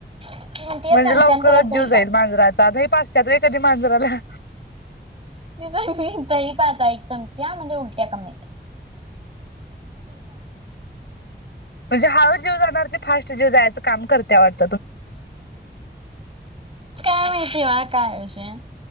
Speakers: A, on the right; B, on the left.
A: ती म्हणते
B: म्हणजे
A: चमचान
B: लवकरच
A: त्याला दही
B: जीव
A: पाजा
B: जाईल मांजराचा आ पाचत्यात व एाधी मांजर झाला
A: त तही पाचा एक चमची ह म्हणजे उलट्या कमीत
B: म्हणजे हळू जीव जाणार ते फास्ट जीव जायचं. काम करतिया वाटत.
A: काय माहिती वा काय विषय